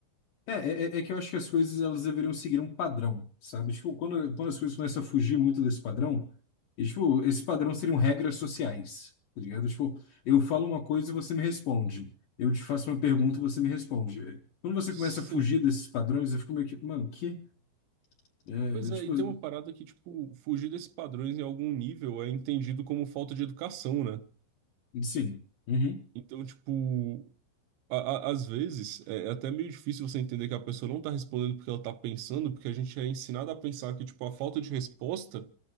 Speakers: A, on the left; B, on the right.
A: é, é, é é que eu acho que as coisas elas deveriam seguir um padrão, sabe? Tipo, quando, quando as coisas começam a fugir muito desse padrão, e, tipo, esse padrão seriam regras sociais, tá ligado? Tipo, eu falo uma coisa e você me responde. Eu te faço uma pergunta e você me responde. Quando você
B: Sim.
A: começa a fugir desses padrões, eu fico meio que, mano, que? É,
B: Pois
A: tipo,
B: é, e tem uma parada que, tipo, fugir desses padrões em algum nível é entendido como falta de educação, né?
A: sim. Uhum.
B: Então, tipo, a- a- às vezes é é até meio difícil você entender que a pessoa não tá respondendo porque ela tá pensando, porque a gente é ensinado a pensar que, tipo, a falta de resposta